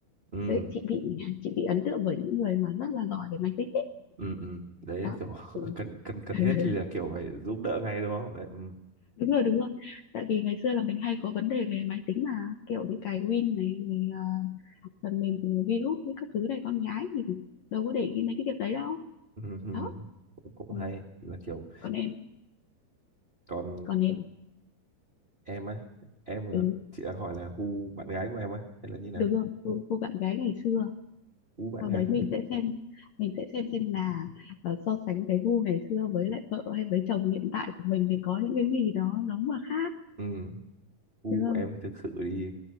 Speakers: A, on the right (about 60°); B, on the left (about 70°).
A: ừ,
B: đấy chị bị <laughs> chị bị ấn tượng bởi những người mà rất là giỏi về máy tính đấy
A: ừ, ừ. đấy
B: đó
A: kiểu <laughs>
B: ừ.
A: cần cần cần
B: <laughs>
A: thiết thì là kiểu phải giúp đỡ ngay đúng không đấy ừ,
B: đúng rồi đúng rồi tại vì ngày xưa là mình hay có vấn đề về máy tính mà kiểu như cài Win này rồi, ờ, phần mềm virus với các thứ này con gái thì đâu có để ý mấy cái việc đấy đâu
A: ừ, ừ.
B: đó
A: cũng cũng
B: Ừ.
A: hay là kiểu
B: còn em
A: còn
B: còn em
A: em á em là
B: ừ,
A: chị đang hỏi là gu bạn gái của em á hay là như nào
B: đúng rồi gu, gu bạn gái ngày xưa
A: gu bạn
B: sau
A: gái
B: đấy mình sẽ xem mình sẽ xem xem là ờ, so sánh cái gu ngày xưa với lại vợ hay với chồng hiện tại của mình thì có những cái gì đó giống mà khác
A: ừ, gu
B: đúng không
A: của em thì thực sự thì